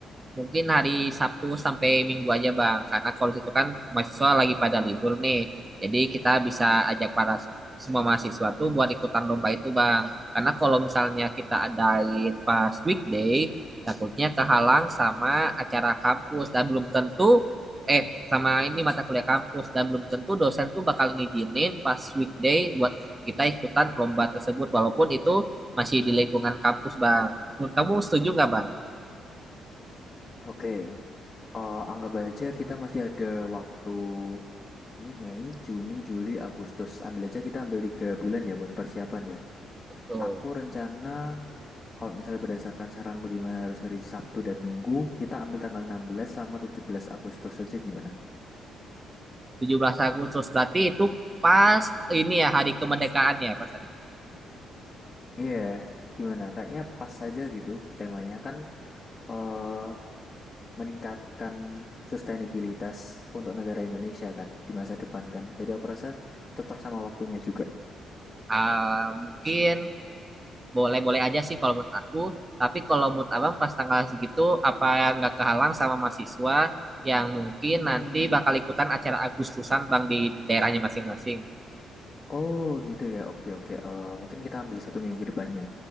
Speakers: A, on the right (about 25°); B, on the left (about 25°).
A: mungkin hari Sabtu sampai Minggu aja Bang, karena kalau di situ kan mahasiswa lagi pada libur nih, jadi kita bisa ajak para semua mahasiswa tuh buat ikutan lomba itu Bang, karena kalau misalnya kita adain pas weekday, takutnya kehalang sama acara kampus dan belum tentu eh sama ini mata kuliah kampus dan belum tentu dosen tuh bakal ngizinin pas weekday buat kita ikutan lomba tersebut walaupun itu masih di lingkungan kampus bang. Menurut kamu setuju nggak bang?
B: Oke, eh, anggap aja kita masih ada waktu ini Mei, Juni, Juli, Agustus. Ambil aja kita ambil tiga bulan ya buat persiapan ya.
A: Betul.
B: Aku rencana kalau misalnya berdasarkan saranmu di mana harus hari Sabtu dan Minggu, kita ambil tanggal 16 sama 17 Agustus saja gimana?
A: 17 Agustus berarti itu pas ini ya hari kemerdekaan ya pas hari.
B: Iya, gimana? Kayaknya pas saja gitu temanya kan eh meningkatkan sustainabilitas untuk negara Indonesia kan di masa depan kan. Jadi aku rasa cocok sama waktunya juga.
A: Ah, mungkin boleh-boleh aja sih kalau menurut aku. Tapi kalau menurut abang pas tanggal segitu apa nggak kehalang sama mahasiswa yang mungkin
B: Hmm.
A: nanti bakal ikutan acara Agustusan bang di daerahnya masing-masing.
B: Oh gitu ya. Oke oke. Eh, mungkin kita ambil satu minggu ke depannya.